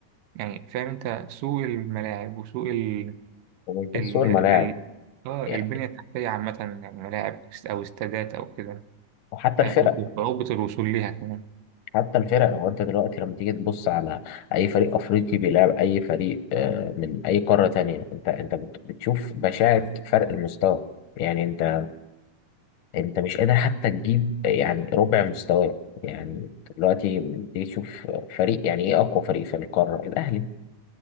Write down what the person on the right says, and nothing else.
يعني فاهم أنت سوء الملاعب وسوء ال
ال
ال آه
البنية التحتية عامة يعني ملاعب أو استادات أو كده
أو صعوبة الوصول ليها كمان